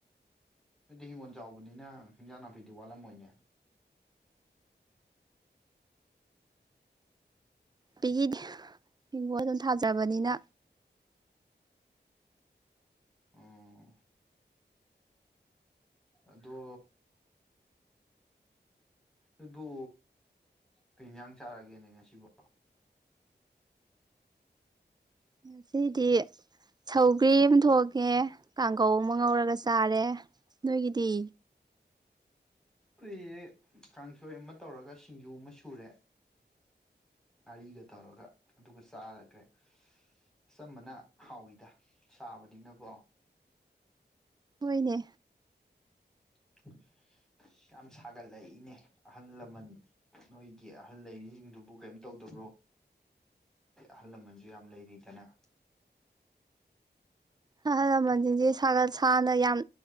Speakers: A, in the centre; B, on the right.
A: ꯅꫭꯏꯗꯤ ꯍꯪꯒꯣꯜ ꯆꯥꯎꯕꯅꯤꯅ ꯍꯤꯟꯁꯥꯡ ꯅꯥꯄꯤꯗꯤ ꯋꯥꯠꯂꯝꯃꯣꯏꯅꯦ
B: ꯄꯤꯒꯤ ꯍꯤꯡꯒꯣꯜ ꯑꯗꯨꯝ ꯊꯥꯖꯕꯅꯤꯅ
A: ꯑꯣ ꯑꯗꯣ ꯑꯗꯨ ꯀꯩ ꯏꯟꯁꯥꯡ ꯆꯥꯔꯒꯦꯅꯦ ꯉꯁꯤꯕꯣ
B: ꯉꯁꯤꯗꯤ ꯁꯧꯒ꯭ꯔꯤ ꯑꯃ ꯊꯣꯛꯉꯦ ꯀꯥꯡꯒꯧ ꯑꯃ ꯉꯧꯔꯒ ꯆꯥꯔꯦ ꯅꯣꯏꯒꯤꯗꯤ
A: ꯑꯩꯈꯏꯁꯦ ꯀꯥꯡꯁꯣꯏ ꯑꯃ ꯇꯧꯔꯒ ꯁꯤꯡꯖꯨ ꯑꯃ ꯁꯨꯔꯦ ꯉꯥꯔꯤꯒ ꯇꯧꯔꯒ ꯑꯗꯨꯒ ꯆꯥꯈ꯭ꯔꯦ ꯑꯆꯝꯕꯅ ꯍꯥꯎꯋꯤꯗ ꯁꯥꯕꯅꯤꯅꯀꯣ
B: ꯍꯣꯏꯅꯦ
A: <inaudible> ꯌꯥꯝ ꯁꯥꯒꯠꯂꯛꯏꯅꯦ ꯑꯍꯜ ꯂꯃꯟ ꯅꯣꯏꯒꯤ ꯑꯍꯜ ꯂꯩꯔꯤꯁꯤꯡꯗꯨꯕꯨ ꯀꯩꯝ ꯇꯧꯗꯕ꯭ꯔꯣ ꯑꯍꯜ ꯂꯃꯟꯁꯨ ꯌꯥꯝ ꯂꯩꯔꯤꯗꯅ
B: ꯑꯍꯜ ꯂꯃꯟꯁꯤꯡꯁꯦ ꯁꯥꯒꯠ ꯁꯥꯅ ꯌꯥꯝ